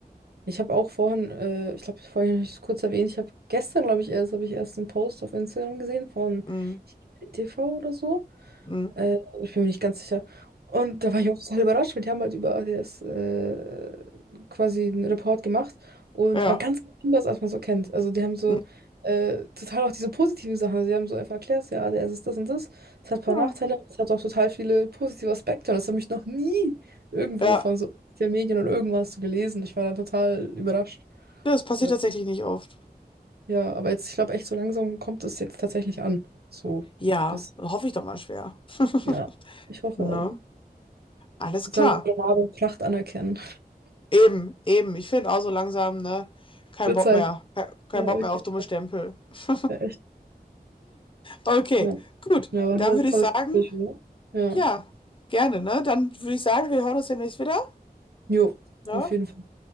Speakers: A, on the right; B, on the left.
A: Ich habe auch vorhin, äh, ich glaube, vorhin habe ich es kurz erwähnt, ich habe gestern, glaube ich, erst, habe ich erst einen Post auf Instagram gesehen von
B: Mhm.
A: ich, TV oder so.
B: Mhm.
A: Äh, ich bin mir nicht ganz sicher. Und da war ich auch total überrascht, weil die haben halt über ADS äh, quasi einen Report gemacht. Und
B: Ja.
A: aber ganz anders, als man so kennt. Also die haben so
B: Mhm.
A: äh, total auch diese positiven Sachen. Also die haben so einfach erklärt, ja, ADS ist das und das. Es hat ein paar
B: Genau.
A: Nachteile, aber es hat auch total viele positive Aspekte. Und das habe ich noch nie irgendwo
B: Ja,
A: von so den Medien oder irgendwas so gelesen. Ich war da total überrascht.
B: das passiert
A: Äh,
B: tatsächlich nicht oft.
A: ja, aber jetzt, ich glaube echt, so langsam kommt es jetzt tatsächlich an. So,
B: Ja,
A: das,
B: hoffe ich doch mal schwer. <laughs>
A: ja, ich hoffe
B: Ne?
A: auch.
B: Alles
A: sollen
B: klar.
A: unsere wahre Pracht anerkennen.
B: Eben, eben. Ich finde auch so langsam, ne? Kein
A: Wird
B: Bock
A: Zeit.
B: mehr. Ke- Kein
A: Ja,
B: Bock
A: wirklich.
B: mehr auf dumme Stempel. <laughs>
A: Ja, echt.
B: Okay,
A: Ja,
B: gut.
A: ja war ein
B: Dann
A: sehr
B: würde
A: tolles
B: ich sagen,
A: Gespräch, oder? Ja.
B: ja, gerne, ne? Dann würde ich sagen, wir hören uns demnächst wieder,
A: Jo,
B: ne?
A: auf jeden Fall.